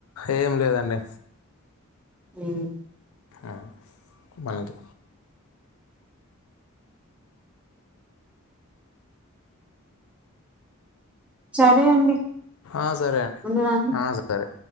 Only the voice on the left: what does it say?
ఏం లేదండి
ఆ మనకి
ఆ సరే అండి
ఆ సరే